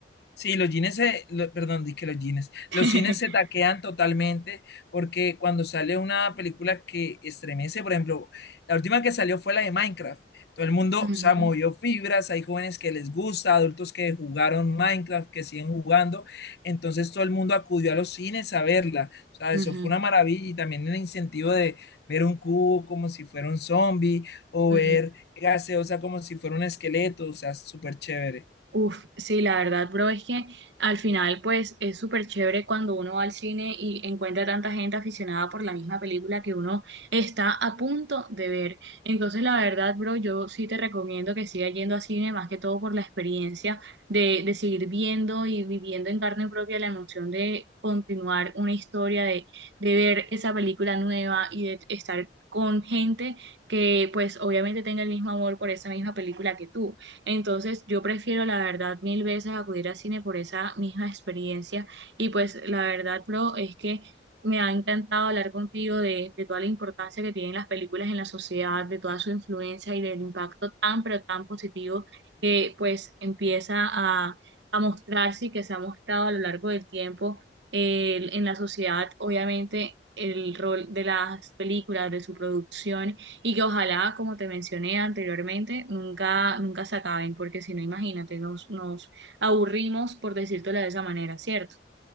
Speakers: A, on the left (about 65°); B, on the right (about 80°).
A: Sí, los jeans se, lo- perdón, dije los jeans.
B: <laughs>
A: Los cines se taquean totalmente porque cuando sale una película que estremece, por ejemplo, la última que salió fue la de Minecraft. Todo el mundo
B: Ujú,
A: se movió fibras, hay jóvenes que les gusta, adultos que jugaron Minecraft, que siguen jugando. Entonces todo el mundo acudió a los cines a verla. O sea,
B: ujú,
A: eso fue una maravilla y también el incentivo de ver un cubo como si fuera un zombie o
B: ujú.
A: ver gaseosa como si fuera un esqueleto. O sea, súper chévere.
B: Uf, sí, la verdad, bro, es que al final, pues, es súper chévere cuando uno va al cine y encuentra tanta gente aficionada por la misma película que uno está a punto de ver. Entonces, la verdad, bro, yo sí te recomiendo que sigas yendo a cine, más que todo por la experiencia de, de seguir viendo y viviendo en carne propia la emoción de continuar una historia, de, de ver esa película nueva y de estar con gente que, pues, obviamente tenga el mismo amor por esa misma película que tú. Entonces, yo prefiero la verdad mil veces acudir al cine por esa misma experiencia. Y pues la verdad, bro, es que me ha encantado hablar contigo de, de toda la importancia que tienen las películas en la sociedad, de toda su influencia y del impacto tan, pero tan positivo que pues empieza a, a mostrarse y que se ha mostrado a lo largo del tiempo el- en la sociedad, obviamente, el rol de las películas, de su producción y que ojalá, como te mencioné anteriormente, nunca, nunca se acaben, porque si no, imagínate, nos, nos aburrimos por decírtelo de esa manera, ¿cierto?